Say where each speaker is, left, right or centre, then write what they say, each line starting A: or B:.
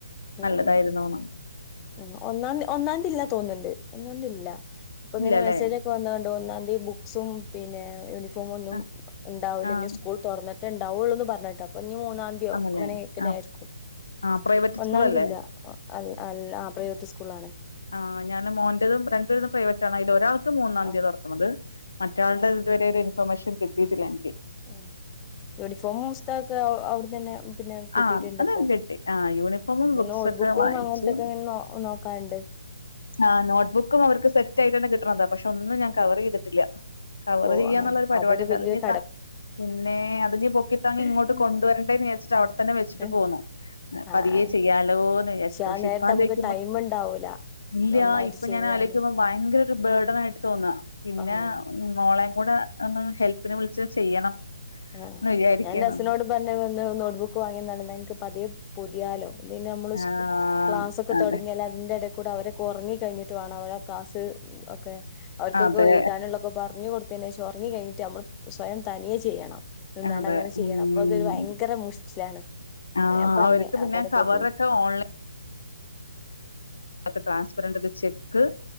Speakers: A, on the left (about 20°); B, on the left (about 80°).
A: ഉം
B: നല്ലതായിരുന്നൂന്ന്
A: ഉം ഉം ആഹ് ഒന്നാന്തി ഒന്നാന്തില്ലാ തോന്ന്ണ്ട് ഒന്നാന്തില്ല പ്പങ്ങനെ
B: ഇല്ലല്ലേ
A: മെസ്സേജ് ക് വന്നാണ്ടു ഒന്നാന്തി ബുക്സും പിന്നെ യൂനിഫോമൊന്നും
B: ആഹ്
A: ഇണ്ടാവൂല
B: ആഹ്
A: ഞ് സ്കൂൾ തൊർന്ന്ട്ടേ ഇണ്ടാവൊള്ളൂന്ന് പർഞ്ഞേട്ട് അപ്പഞ് മൂന്നാന്തിയോ
B: ആണല്ലേ
A: അങ്ങനെ ക്കന്നായിരിക്കും
B: ആഹ് ആഹ് പ്രൈവറ്റ്
A: ഒന്നാന്തില്ല
B: സ്കൂളല്ലേ
A: അൽ അല്ല ആഹ് പ്രൈവറ്റ് സ്കൂള്ളാണ്
B: ആഹ് ഞാന് മോന്റെതും രണ്ടുപേരതും പ്രൈവറ്റ് ആണ് അയ്ലൊരാൾക്ക് മൂന്നന്തിയാ
A: ആഹ്
B: തൊർക്ക്‌ണത് മറ്റാൾടേ
A: ഉം
B: ഇതുവരെ
A: ഉം
B: ഒര് ഇൻഫർമേഷൻ കിട്ടിട്ടില്ല ഇൻക്ക്
A: ഉം യൂണിഫോമും പുസ്തകൊക്കെ അവ് അവ്ട്ന്നെന്നെ പിന്നെ കിട്ടീട്ട്ണ്ട്പ്പൊ
B: ആഹ് അത് കിട്ടി ആഹ് യൂണിഫോമും ബുക്സ്
A: നോ
B: ഒക്കെ
A: ബുക്കും
B: വാങ്ങിച്ചു
A: അങ്ങൻത്തൊക്കങ്ങനെ നോ നോക്കാണ്ട്
B: ആഹ് നോട്ട്ബുക്കും അവർക്ക് സെറ്റായിട്ടെന്നെ കിട്ട്ണതാ പക്ഷെ ഒന്നും ഞാ കവറീതിട്ടില്ല കവറ്
A: ഓഹ്
B: ച്യ്യാന്നുള്ളൊരു
A: ആഹ്
B: പരിവാടിണ്ട്
A: അതൊരു വലിയൊരു
B: അത്ഞ് ത പിന്നേ അത്ഞ് പൊക്കിത്താങ്ങി
A: കടമ്പയാണ്
B: ഇങ്ങോട്ട് കൊണ്ടുവരണ്ടേന്ന് വിചാരിച്ചിട്ട് അവടെ ത്തന്നെ വെച്ചിട്ട്
A: ആ
B: പോന്നു പതിയേ
A: ആ
B: ചെയ്യാലോന്ന് വിചാരിച്ചിട്ട്
A: ആ
B: പക്ഷെ
A: നേരത്തെ
B: ഇപ്പാലോയ്ക്കുമ്പ
A: നമുക്ക് ടൈം ഉണ്ടാവൂല
B: ഇല്ലാ
A: ഒന്നായിട്ട്
B: ഇപ്പ
A: ചെയ്യാന്
B: ഞാൻ ആലോയ്ക്കുമ്പ ഭയങ്കര ഒരു ബേഡൻ ആയിട്ട് തോന്നാ പിന്നെ
A: ആഹ്
B: ഉം മോളേം കൂടെ ഒന്ന് ഹെൽപ്പിന് വിളിച്ച് ചെയ്യണം
A: ആഹ്
B: ന്ന് വിചാരിക്കാണ്
A: ഞാൻ ന്റെ ഹസ്സിനോട് പർഞ്ഞെ വന്ന് നോട്ട് ബുക്ക് വാങ്ങിയന്നാണിം ന്നാ ൻക്ക് പതിയെ പൊതിയാലോ പിന്നെ നമ്മള്
B: ആഹ്
A: സ് ക്ലാസൊക്കെ
B: അതെ
A: തൊടങ്ങാൽ അതിന്റെടേ കൂടെ അവരൊക്കൊറങ്ങി കഴിഞ്ഞിട്ടു വാണം അവരാ ക്ലാസ് ഒക്കെ അവർക്കൊക്കെ
B: അതെ
A: എഴ്താനുള്ളൊക്കെ പറഞ് കൊട്ത്തേന്റെഷം ഒറങ്ങി കഴിഞ്ഞിട്ട് നമ്മള് സ്വയം തനിയെ ചെയ്യണം നിന്നാണ്ടങ്ങനെ
B: അതെ
A: ചെയ്യണം
B: ഉം
A: അപ്പൊ അതൊരു ഭയങ്കര മുശ്ച്ചിലാണ്
B: ആഹ്
A: ഞാൻ പർഞ്ഞെ
B: അവർക്ക് പിന്നെ
A: അപ <unintelligible>
B: കവറൊക്കെ ഓൺലൈൻ ക്കെ ട്രാൻസ്പെറന്റ് ചെക്ക്